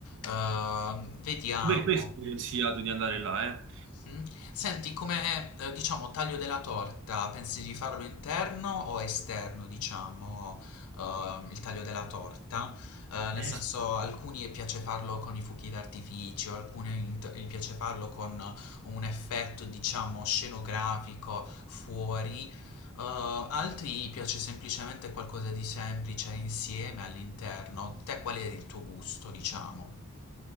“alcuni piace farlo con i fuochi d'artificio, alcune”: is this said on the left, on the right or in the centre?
Left